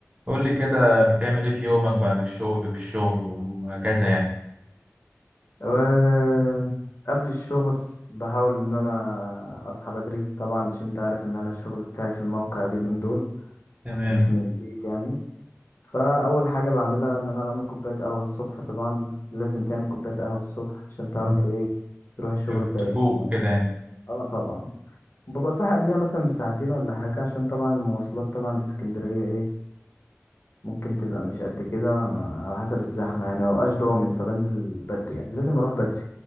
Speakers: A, on the right; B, on the left.
A: قول لي كده بتعمل ايه في يومك بعد الشغل والشغل وهكذا يعني
B: أه، قبل الشغل بحاول ان انا اصحى بدري طبعا عشان انت عارف ان انا الشغل بتاعي في الموقع اليومين دول
A: تمام
B: مش من البيت يعني فاول حاجه بعملها ان انا بعمل كوبايه قهوه الصبح طبعا لازم تعمل كوبايه قهوه الصبح عشان تعرف
A: مم.
B: ايه تروح الشغل
A: ت-
B: فايق
A: تفوق وكده يعني
B: اه طبعا ببقى صاحي قبلها مثلا بساعتين ولا حاجه عشان طبعا المواصلات طبعا لاسكندريه ايه ممكن تبقى مش قد كده على حسب الزحمه يعني مبقاش ضامن فبنزل بدري يعني لازم اروح بدري